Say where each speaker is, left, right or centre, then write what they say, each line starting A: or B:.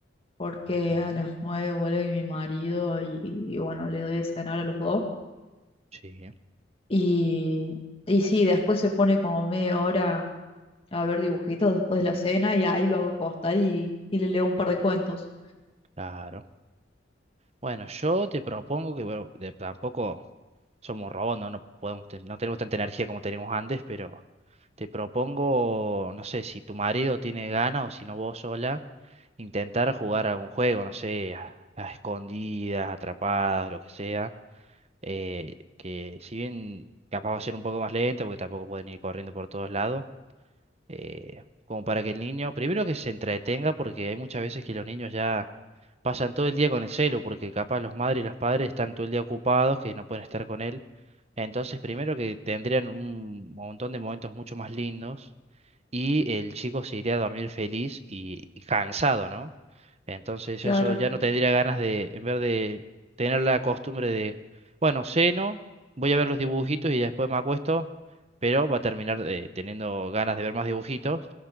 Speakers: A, on the left; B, on the right.
A: porque
B: Ujú,
A: a las 9 vuelve mi marido y, y y bueno, le doy de cenar a los dos.
B: sí,
A: Y, y sí, después se pone como media hora a ver dibujitos después de la cena y ahí lo hago acostar y, y le leo un par de cuentos.
B: claro. Bueno, yo te propongo que, bueno, de- tampoco... somos robots, ¿no? No podemos, ten- no tenemos tanta energía como teníamos antes, pero te propongo, no sé, si tu marido tiene ganas o si no vos sola, intentar jugar algún juego, no sé, a a escondidas, atrapadas, lo que sea, eh, que si bien capaz va a ser un poco más lento, porque tampoco pueden ir corriendo por todos lados, eh, como para que el niño, primero que se entretenga, porque hay muchas veces que los niños ya pasan todo el día con el celu, porque capaz los madres y los padres están todo el día ocupados, que no pueden estar con él. Entonces, primero que tendrían un montón de momentos mucho más lindos y el chico se iría a dormir feliz y, y cansado, ¿no? Entonces
A: Claro,
B: eso ya no tendría ganas de, en vez de tener la costumbre de, bueno, ceno, voy a ver los dibujitos y después me acuesto, pero va a terminar eh, teniendo ganas de ver más dibujitos.